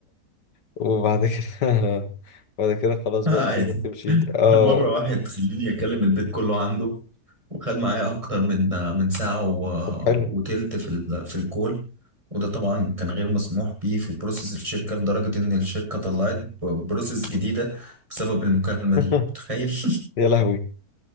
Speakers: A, on the left; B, on the right.
A: وبعد كده <laughs> بعد كده خلاص
B: <laughs> عادي
A: بقى تسيبك تمشي اه
B: انا مره واحد خليني اكلم البيت كله عنده وخد معايا اكتر من من ساعه و...
A: طب حلو
B: وتلت في ال... في الكول وده طبعا كان غير مسموح بيه في بروسيس الشركه لدرجه ان الشركه طلعت بروسيس جديده بسبب المكالمه
A: <laughs>
B: دي متخيل <laughs>
A: يا لهوي